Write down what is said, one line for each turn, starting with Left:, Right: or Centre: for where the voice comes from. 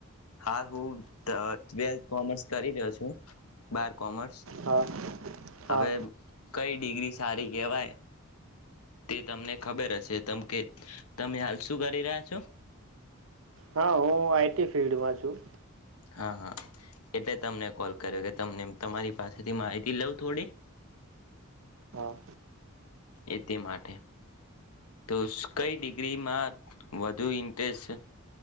Left: હા હુંવેથ કોમર્સ કરી રહ્યો છો બાર કોમર્સ
Right: હા હા
Left: હવે કઈ ડિગ્રી સારી કહેવાય તે તમને ખબર હશે તમ કે તમે હાલ શું કરી રહ્યા છો
Right: હા હું આઈટી ફિલ્ડમાં છું
Left: હા હા એટલે તમને કોલ કર્યો કે તમને તમારી પાસેથી માહિતી લઉં થોડી
Right: હા
Left: એ તે માટે તો કઈ ડિગ્રીમાં વધુ ઇન્ટરેસ્ટ